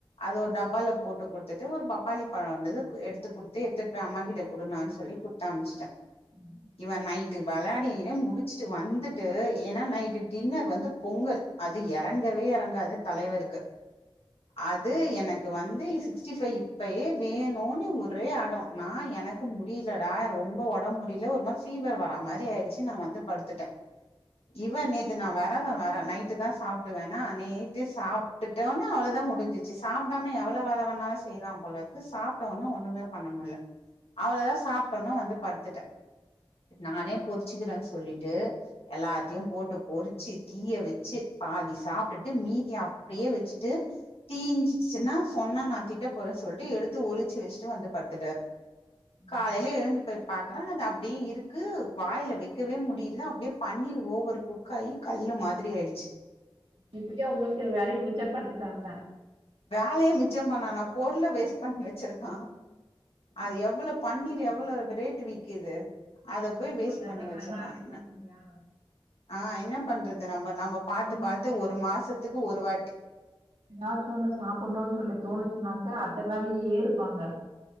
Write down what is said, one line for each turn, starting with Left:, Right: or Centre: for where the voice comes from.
Left: அது ஒரு டப்பால போட்டு குடுத்துட்டு ஒரு பப்பாளி பழோ இருந்துது எடுத்து குடுத்து எத்துட் போய் அம்மா கிட்ட குடுமான் சொல்லி குடு த்தனுப்புச்சுட்டே
Right: ம்
Left: இவே நைட்டு வெளாடியினே முடிச்சுட்டு வந்துட்டு ஏனா நைட்டு டின்னர் வந்து பொங்கல் அது எறங்கவே எறங்காது தலைவருக்கு அது எனக் வந்து சிக்ஸ்டி ஃபைவ் இப்பயே வேணுனு ஒரே ஆடோ நா எனக்கு மு முடிலடா ரொம்ப ஒடம் முடில ஒருமா ஃபீவர் வரா மாரி ஆயிடுச்சு நா வந்து படுத்துட்டே இவே நேத்து நா வெரதோ வேற நைட்டு தா சாப்டுவேனா நேட்டு சாப் விட்டுட்டோன்னு அவ்ளோதா முடிஞ்சிச்சு சாப்பிடாம எவ்ளோ வேணாலு செய்யலா போல இருக்கு சாப்பிட்டோ ஒடனே ஒண்ணுமே பண்ண முடில அவ்ளோதா சாப்ட்டோன்னே வந்து படுத்துட்டே நானே பொரிச்சுக்கிறேன்னு சொல்லிட்டு எல்லாத்தையு போட்டு பொறிச்சு தீய வெச்சு பாதி சாப்ட்டுட்டு மீதிய அப்டியே வெச்சுட்டு தீஞ்சிட்ச்சுன்னா சொன்னா நா திட்ட போறேன் சொல்ட்டு எடுத்து ஒளிச்சு வச்சுட்டு வந்து படுத்துட்டாரு
Right: ம்.
Left: காலைல எழுந்து போய் பாக்குறே அது அப் அப்டி இருக்கு வாயில வைக்கவே முடியல அப்டியே பன்னீர் ஓவர் குக்காயு கல்லு மாதிரி ஆயிடுச்சு
Right: எப்டியோ உங்களுக்கு வேலய மிச்சபடுத்திட்டான்ல
Left: வேலைய மிச்சம் பண்ணானா பொருள வேஸ்ட் பண்ணி வச் வச்சிருக்கா அது எவ்ளோ
Right: கண்டிப்பா.
Left: பன்னீர் எவ்ளோ ரேட்டு விக்குது அத
Right: ஆமாப்பா,
Left: போய் வேஸ்ட்
Right: இதெல்லாம்
Left: பண்ணி வச்சுடுறா
Right: வேலை அதிகம்
Left: என்ன
Right: இல்லையா?
Left: ஆ என்ன பண்றது நம்ம நம்ம பாத்து
Right: அவங்களுக்கு
Left: பாத்து ஒரு மாசத்துக்கு ஒரு வாட்டி
Right: ஏதாச்சு ஒன்னு சாப்புட்ணுனு சொல்லி தோணுச்சுனாக்க அதுனாலயே இருப்பாங்க